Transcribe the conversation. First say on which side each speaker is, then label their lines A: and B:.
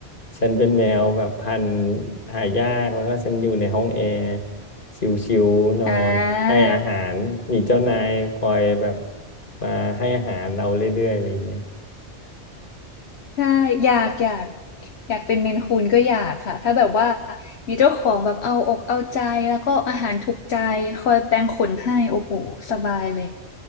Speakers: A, on the left; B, on the left.
A: ฉันเป็นแมวแบบพันธุ์หายากแล้วก็ฉันอยู่ในห้องแอร์ชิวๆนอนให้อาหารมีเจ้านายคอยแบบ
B: อ่า
A: มาให้อาหารเราเรื่อยๆอะไรอย่างเงี้ย
B: ใช่อยากอยากอยากเป็นเมนคูนก็อยากค่ะถ้าแบบว่ามีเจ้าของแบบเอาอกเอาใจแล้วก็อาหารถูกใจคอยแปรงขนให้โอ้โหสบายเลย